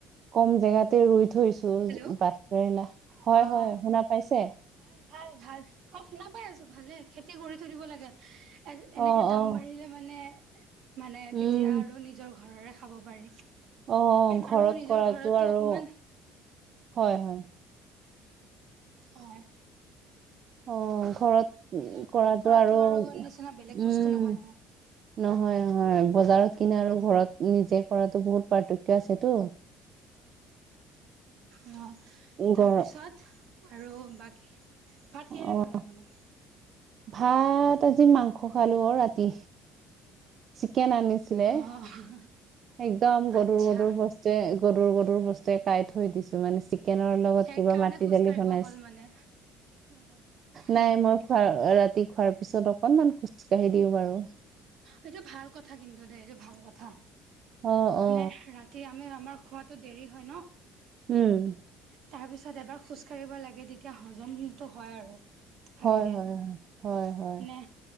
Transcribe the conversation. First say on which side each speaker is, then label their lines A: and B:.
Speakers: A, on the right (about 40°); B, on the right (about 60°).
A: কম জেগাতে ৰুই থৈছো
B: হেল্ল'
A: বাট কেৰেলা হয়
B: অ
A: হয় শুনা পাইছে
B: ভাল ভাল ভাল অই শুনা পাই আছো ভালে খেতি কৰি থৈ দিব লাগে এনেকে
A: অ
B: দাম
A: অ
B: বাঢ়িলে মানে মানে
A: উম,
B: তেতিয়া আৰু নিজৰ ঘৰৰে খাব পাৰি
A: অ ঘৰত
B: আৰু নিজৰ
A: কৰাটো
B: ঘৰতো
A: আৰু
B: অকমান
A: হয় হয়
B: হয়
A: অ ঘৰত
B: নিজৰ
A: কৰাতটো
B: ঘৰত কৰাটো
A: আৰু উম
B: নিচিনা বেলেগ বস্তু নহয় নহয়
A: নহয় নহয় বজাৰত কিনে আৰু ঘৰত নিজে কৰাতো বহুত পাৰ্থক্য আছেতো
B: অ
A: গৰ
B: তাৰপিছত আৰু বাকী ভাত কিহৰে
A: অ
B: খালে আপুনি
A: ভাত আজি মাংস খালো আৰু ৰাতি কেন আনিছিলে
B: অ',
A: একদম গধুৰ
B: আচ্ছা
A: গধুৰ বস্তে গধুৰ গদুৰ বস্তুে কাই থৈ দিছো মানে চ চিকেনৰ লগত
B: সেইকাৰণে
A: কিবা মাটি
B: খোজ
A: দালি
B: কাঢ়িব
A: বনাইছ
B: গ'ল মানে
A: নাই
B: উম,
A: মই খোৱা ৰাতি খোৱাৰ পিছত অকনমান খোজ ককাঢ়ি দিওঁ বাৰু
B: এইটো ভাল কথা কিন্তু দেেই এইটো ভাল কথা
A: অ
B: মানে
A: অ
B: ৰাতি আমি আমাৰ খোৱাতো দেৰি হয় ন
A: উম
B: তাৰ পিছত এবাৰ খোজ কঢ়িব লাগে তেতিয়া হজমটো হয় আৰু ভালকে
A: হয়, হয়, হয়, হয়, হয়।
B: মানে